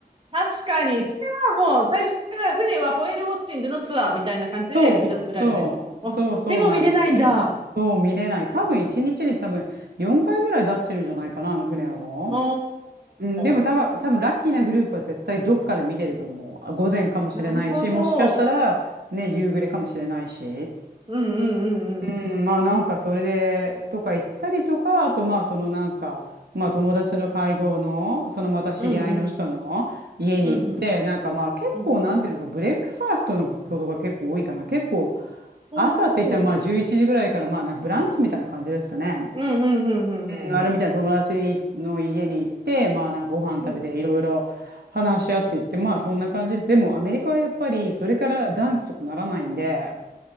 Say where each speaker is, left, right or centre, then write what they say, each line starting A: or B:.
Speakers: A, on the right; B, on the right.
A: 確かに、それはもう最初から船はホエールウォッチングのツアーみたいな感じで売ら、
B: そう、
A: 売られてる。
B: そう、
A: あ、
B: そうそうなんですよ。
A: でも見れないんだ。
B: そう見れない。多分一日に多分4回ぐらい出してるんじゃないかな、あの船を。
A: お
B: うん、でも多分、
A: ー。
B: 多分ラッキーなグループは絶対どっかで見てると思う。あ午前かもしれないし、
A: なるほど。
B: もしかしたらね、夕暮れかもしれないし。
A: うんうんうんうん。
B: うん、まあなんかそれでとか行ったりとか、あとまあそのなんか、まあ友達の会合の、そのまた知り合いの人の家に行って、
A: うんうん。うんうん。
B: なんかまあ結構なんていうのか、
A: うん。
B: ブレックファーストのことが結構多いかな。結構
A: おー。
B: 朝って言ったらまあ11時ぐらいからまあなんかブランチみたいな感じですかね。
A: うんうんうんうんうんうん。
B: うん、あれみたいな友達の家に行って、まあなんかご飯食べていろいろ話し合っていって、
A: うん。
B: まあそんな感じです。でもアメリカはやっぱりそれからダンスとかならないんで、